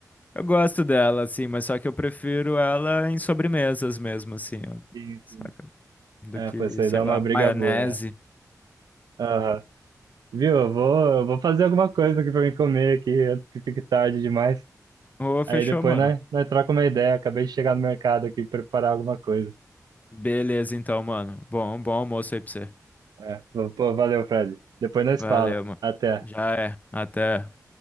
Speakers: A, on the left (about 25°); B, on the right (about 85°).
A: eu gosto dela, assim, mas só que eu prefiro ela em sobremesas mesmo, assim, ó,
B: Isso.
A: saca? Do
B: É,
A: que,
B: pô, isso aí
A: sei
B: dá
A: lá,
B: uma briga
A: maionese.
B: boa. né? Aham. Viu? Eu vou, eu vou fazer alguma coisa aqui pra mim comer aqui antes que fique tarde demais.
A: Ô, fechou,
B: Aí depois
A: mano.
B: nós, nós trocamos uma ideia. Acabei de chegar no mercado aqui preparar alguma coisa.
A: Beleza, então, mano. Bom, bom almoço aí pra você.
B: É, pô, valeu, Fred. Depois nós
A: Valeu,
B: fala.
A: mano.
B: Até.
A: Já é. Até.